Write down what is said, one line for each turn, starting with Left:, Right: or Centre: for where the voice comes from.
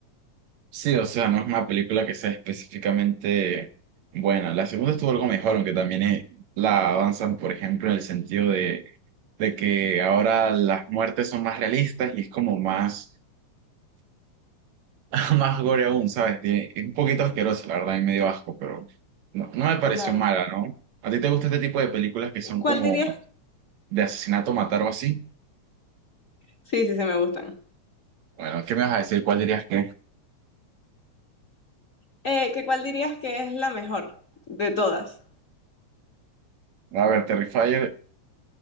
Right: Sí, o sea, no es una película que sea específicamente buena. La segunda estuvo algo mejor, aunque también es- la avanzan, por ejemplo, en el sentido de, de que ahora las muertes son más realistas y es como más <laughs> Más gore aún, ¿sabes? Tiene- es un poquito asqueroso, la verdad, y medio asco, pero no, no me pareció
Left: Claro.
Right: mala, ¿no? ¿A ti te gusta este tipo de películas que son
Left: ¿Cuál
Right: como
Left: dirías?
Right: de asesinato, matar o así?
Left: Sí, sí, sí, me gustan.
Right: Bueno, ¿qué me vas a decir? ¿Cuál dirías que? es?
Left: Eh, ¿qué cuál dirías que es la mejor de todas?
Right: A ver, Terrifier,